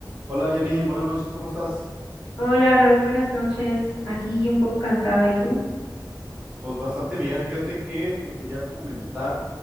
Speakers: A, on the right; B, on the left.
A: Hola Janine, buenas noches, ¿cómo estás?
B: Hola Raúl, buenas noches. Aquí un poco cansada, ¿y tú?
A: Pues bastante bien, fíjate que te quería comentar